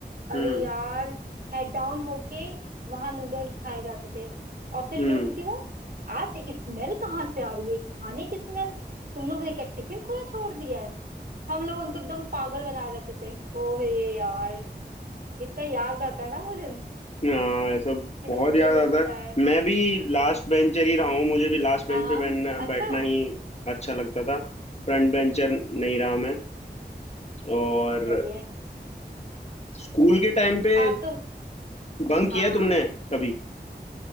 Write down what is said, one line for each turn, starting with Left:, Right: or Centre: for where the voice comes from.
Right: अरे
Left: हम्म
Right: यार हेड डाउन होके वहां नूडल्स खाए जाते थे और फिर
Left: हम्म
Right: कहती थी वो आज स्मेल कहाँ से आ रही है खाने की स्मेल तुम लोग ने क्या टिफिन खुला छोड़ दिया है हम लोग उनको एकदम पागल बनाए रहते थे ओह ये यार इतना याद आता है ना वो दिन
Left: हाँ ये सब
Right: कि बिल्कुल
Left: बहुत याद आता
Right: लगता
Left: है
Right: है
Left: मैं भी लास्ट बेंचर ही रहा हूँ मुझे भी लास्ट बेंच
Right: हाँ हाँ
Left: पे बैठना
Right: अच्छा
Left: बैठना ही अच्छा लगता था फ्रंट बेंचर नहीं रहा मैं और
Right: सही है
Left: स्कूल के टाइम पे
Right: आप तो
Left: बंक
Right: हाँ
Left: किया
Right: हाँ
Left: है तुमने कभी